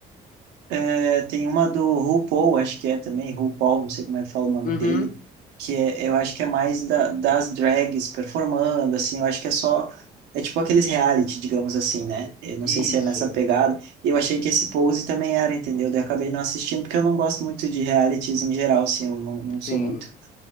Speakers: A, on the right; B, on the left.
A: É, tem uma do RuPaul, acho que é também, RuPaul, não sei como é que fala o nome
B: Uhum,
A: dele, que é, eu acho que é mais da- das drags performando, assim, eu acho que é só, é tipo aqueles reality, digamos assim, né? Eu não
B: isso,
A: sei se é nessa pegada, e eu achei que esse Pose também era, entendeu? Daí eu acabei não assistindo, porque eu não gosto muito de realities em geral, assim, eu não, não sou
B: sim.
A: muito.